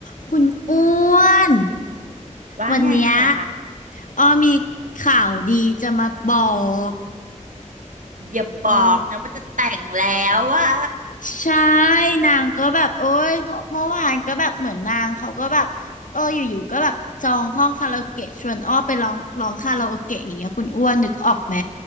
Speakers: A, on the left; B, on the right.
A: คุณอ้วน
B: ว่าไงคะ
A: วันเนี้ยอ้อมีข่าวดีจะมาบอก
B: อย่าบอกนะว่าจะแต่งแล้วว่า
A: โอ้ ใช่นางก็แบบโอ้ยเมื่อเมื่อวานก็แบบเหมือนนางเขาก็แบบเอออยู่ๆก็แบบจองห้องคาราโอเกะชวนอ้อไปร้องร้องคาราโอเกะอย่างเงี้ยคุณอ้วนนึกออกไหม